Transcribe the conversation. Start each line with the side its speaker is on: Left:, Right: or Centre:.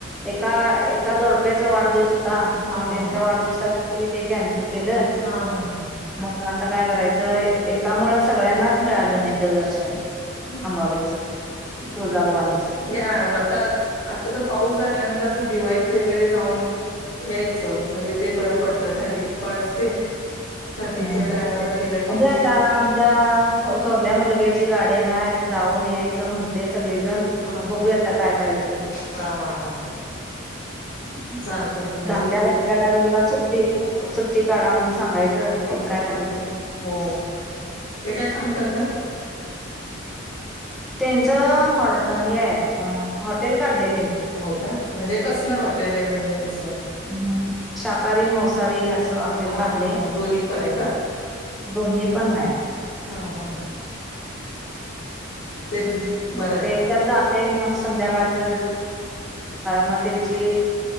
Centre: एका एका जोडप्याचा वाढदिवस होता,
Left: हा
Centre: मग
Left: हा
Centre: त्यांचा वाढदिवसासाठी तिने ते कॅन्सल केलं.
Left: हा हा हा हा
Centre: मग आता काय करायचं एका मुळ सगळ्यांनाच मिळालं नाही देवदर्शन
Left: हा
Centre: अंबाबाईचं
Left: हा
Centre: तुळजाभवानीचं
Left: या आता आतातर पाऊस झाल्यानंतर असं दिवाळीत वगैरे जाऊन यायच म्हणजे ते बरं पडतं थंडीत पण असते. थंडीच्या
Centre: ह
Left: टायमाला गेलं की
Centre: बघुया
Left: असं.
Centre: आता आमच्या थोडल्या मुलग्याची गाडी हाय जाऊन यायचं म्हणत ते सगळीजण
Left: हा
Centre: बघूया
Left: हा
Centre: आता काय करायचं
Left: हा हा हा हा श चालतय की म्हणजे
Centre: धाकट्या
Left: तिकडे
Centre: मुलग्याला जरा सुट्टी सुट्टी काढा म्हणून सांगायचं आणि काय करायचं?
Left: हो ते काय काम करतात?
Centre: त्यांचं हेहाय हॉटेल काढलंय त्यांनी
Left: हो का म्हणजे कसंल हॉटेलय म्हणजे असं
Centre: हम्म शाकाहारी मांसाहारी असं हॉटेल
Left: हा
Centre: काढलय
Left: हा हा दोन्ही पण आहे का?
Centre: दोन्ही पण हाय
Left: हा हा हा ते
Centre: ह
Left: बरं आहे
Centre: ते त्यात जाते मग संध्याकाळच मग त्यांची